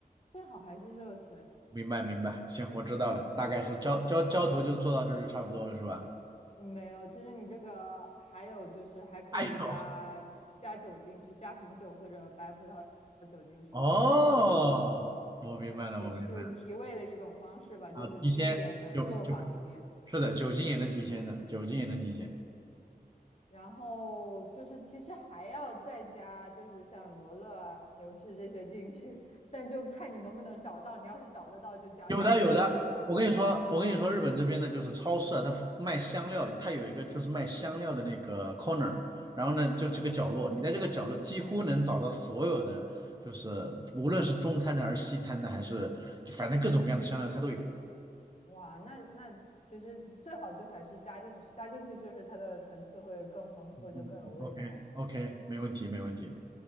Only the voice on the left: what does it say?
最好还是热水。
没有，其实你这个还有就是还可以加加酒进去，
加红酒或者白葡萄酒进去，
就是
也是提味的一种方式吧，
就是经典的做法里面。
然后就是其实还要再加，就是像罗勒啊、牛至这些进去，但就看你能不能找到。你要是找得到就加，
找不到就算了。
哦，
哇，那那其实最好就还是加进去，加进去就是它的层次会更丰富，
就更有味道。